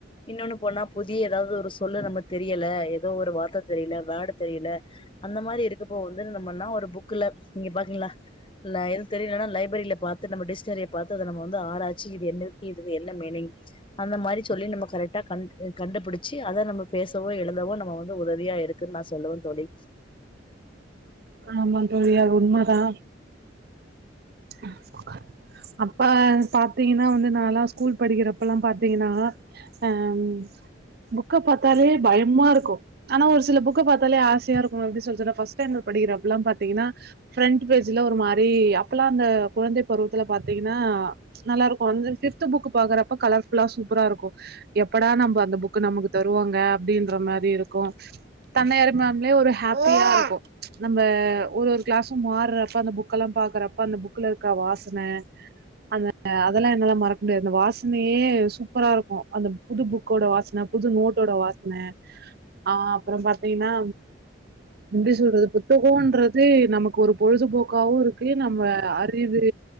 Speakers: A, on the left; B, on the right.
A: இன்னொன்னு போனா புதிய ஏதாவது ஒரு சொல்லு நம தெரியல ஏதோ ஒரு வார்த்த தெரியல வேடு தெரியல அந்த மாரி இருக்கப்ப வந்து நம்மன்னா ஒரு புக்குல நீங்க பாக்கீங்ளா லைன் தெரிலனா லைப்ரரில பாத்து நம்ம டிஷ்னரிய பாத்து அத நம்ம வந்து ஆராய்ச்சி இது என்ன இருக் இதுக்கு என்ன மீனிங் அந்த மாரி சொல்லி நம்ம கரெக்டா க கண்டுபிடிச்சு அத நம்ம பேசவோ எழுதவோ நம்ம வந்து உதவியா இருக்குன் நா சொல்லுவே தோழி
B: ஆமா தோழி அது உண்ம தா <inaudible> அப்பா பாத்தீங்கன்னா வந்து நால்லா ஸ்கூல் படிக்கிறப்பலாம் பாத்தீங்ன்னா அ ம் புக்க பாத்தாலே பயமா இருக்கு ஆனா ஒரு சில புக்க பாத்தாலே ஆசயா இருக்கு எப்டி சொல் சொல்ற ஃபஸ்ட் ஸ்டேண்டட் படிக்கறப்ல பாத்தீங்கன்னா ஃப்ரண்ட்டு பேஜ்ல ஒரு மாரி அப்பெலா அந்த குழந்தை பருவத்துல பாத்தீங்னா நல்லாருக்கு அந்த சிக்ஸ்த் புக் பாக்குறப்ப கலர் ஃபுல்லா சூப்பரா இருக்கு எப்படா நம்ம அந்த புக்கு நமக்கு தருவாங்க அப்டின்ற மாரி இருக்கு தன்னைய <unintelligible> ம்லே ஒரு ஹேப்பியா இருக்கு நம்ம ஒரு ஒரு கிளாஸ்சும் மார்றப்ப அந்த புக்கலாம் பாக்கற ப்ப அந்த புக்குல இருக்க வாசன அந்த அதெல்லா என்னாலா மறக்க முடியாது அந்த வாசனயே சூப்பரா இருக்கு அந்த புது புக்கோட வாசன புது நோட்டோட வாசன ஆ அப்பறம் பாத்தீங்கன்னா எப்டி சொல்றது புத்தகோன்றது நமக்கு ஒரு பொழுதுபோக்காவு இருக்கு நம்ம அறிவு